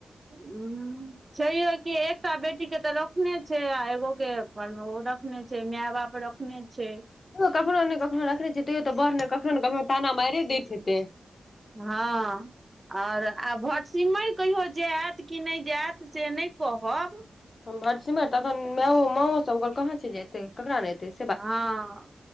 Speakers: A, on the right (about 25°); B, on the left (about 45°).
A: हुं छै यौ कि एकटा बेटी के तऽ रखने छै आ एगो के अपन ओ रख नै छै मैय बाप रखने छै
B: कखनो ने कखनो रखने छै तैयो तऽ बर ने कखनो कखनो ताना मारि दैत हेतै
A: हाँ आ आर आ भटसिमैर कहियो जायत कि नै जायत से नै कहब
B: भटसिमे तखन मैओ मांओ सब ओकर कहाँ छै एतै केकरा ले एते
A: हा